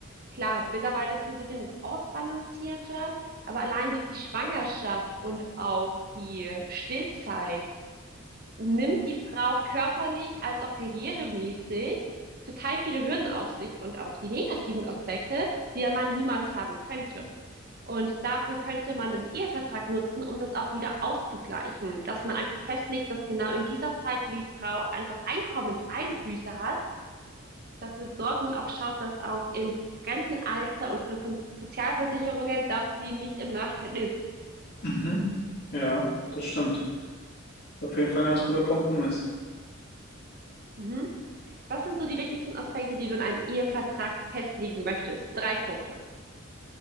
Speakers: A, on the right; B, on the left.
A: Klar, mittlerweile ist es ein bisschen ausbalancierter, aber allein durch die Schwangerschaft und auch die Stillzeit nimmt die Frau körperlich als auch karrieremäßig total viele Hürden auf sich und auch die negativen Aspekte, die der Mann niemals haben könnte. Und dafür könnte man den Ehevertrag nutzen, um das auch wieder auszugleichen, dass man einfach festlegt, dass genau in dieser Zeit, wo die Frau einfach Einkommenseinbüße hat, dafür sorgen, auch schaut, dass auch im Rentenalter und von, von Sozialversicherungen, dass sie nicht im Nachteil ist.
B: Mhm. Ja, das stimmt. Auf jeden Fall ein ganz guter Kompromiss.
A: Mhm. Was sind so die wichtigsten Aspekte, die du in einem Ehevertrag festlegen möchtest? Drei Punkte.